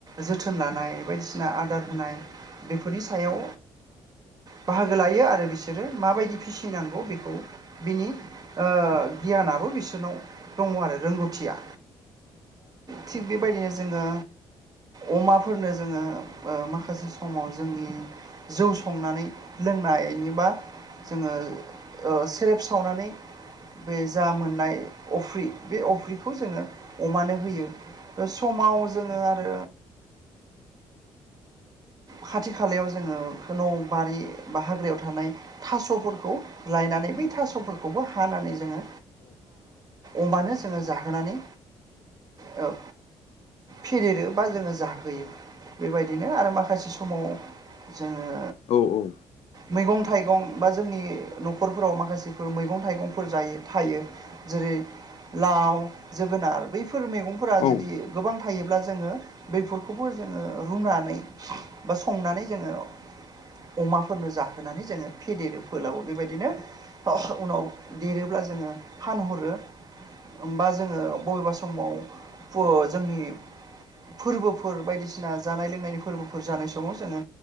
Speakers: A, on the right; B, on the left.
A: जोथोन लानाय बायदिसिना आदार होनाय बेफोरनि सायाव बाहागो लायो आरो बिसोरो माबायदि फिसिनांगौ बेखौ बिनि गियानाबो बिसोरनाव दङ आरो, रोंगौथिया। थिग बेबायदिनो जोङो अमाफोरनो जोङो माखासे समाव जोंनि जौ संनानै लोंनायनिबा, जोङो सेरेब सावनानै बे जा मोननाय अफ्रि, बे अफ्रिखौ जोङो अमानो होयो। समाव जोङो आरो खाथि खालायाव जोङो न' बारि बा हाग्रायाव थानाय थास'फोरखौ लायनानैबो थास'फोरखौबो हानानै जोङो अमानो जोङो जाहोनानै औ। फेदेरो बा जोङो जाहोयो बेबायदिनो आरो माखासे समाव जोङो
B: औ औ
A: मैगं थाइगं बा जोंनि न'खरफोराव माखासे जफोर मैगं थाइगंफोर जायो थायो जेरै लाव जोगोनार बैफोर मैगंफोरा
B: औ
A: जुदि गोबां थायोब्ला जोङो बेफोरखौबो जोङो रुनानै बा संनानै जोङो अमाफोरनो जाहोनानै जोङो फेदेरो फोलाावबो बेबायदिनो उनाव देरोब्ला जोङो फानहरो। बा जोङो बबेबा समाव जोंनि फोरबोफोर बायदिसिना जानाय लोंनायनि फोरबोफोर जानाय समाव जोङो